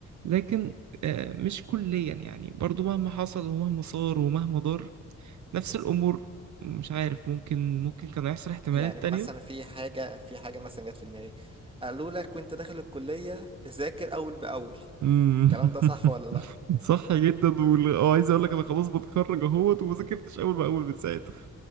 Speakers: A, on the right; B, on the right.
A: لكن آه، مش كليا يعني برضو مهما حصل ومهما صار ومهما ضر نفس الامور مش عارف ممكن ممكن كان هيحصل احتمالات
B: يعني مثلا
A: تانية
B: في حاجة في حاجة مثلا جت في دماغي قالوا لك وانت داخل الكلية ذاكر اول باول
A: مم.
B: الكلام ده صح
A: <laughs>
B: ولا لا
A: صح جدا وال... اه عايز اقول لك انا خلاص بتخرج اهوت وما ذاكرتش اول باول من ساعتها